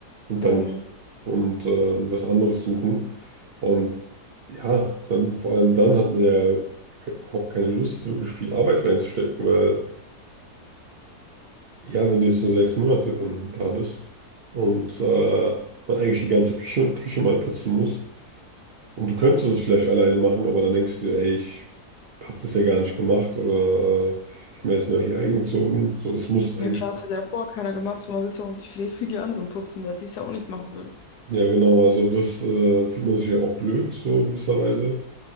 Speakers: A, on the right; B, on the left.
A: und
B: mhm.
A: dann gehen und äh, mir was anderes suchen. Und ja, dann vor allem dann hat man ja ke- überhaupt keine Lust, wirklich viel Arbeit reinzustecken, weil ja, wenn du jetzt nur sechs Monate dann da bist und äh, man eigentlich die ganze Küche, Küche mal putzen muss, Und du könntest es vielleicht alleine machen, aber dann denkst du, dir, ey, ich hab das ja gar nicht gemacht oder äh, ich bin erst neu hier eingezogen. So, das musst eigentlich.
B: Ja klar, das hat ja vorher keiner gemacht und man will es auch nicht für die, für die anderen putzen, weil sie es ja auch nicht machen würden.
A: Ja, genau. Also das äh, fühlt man sich ja auch blöd, so gewisserweise.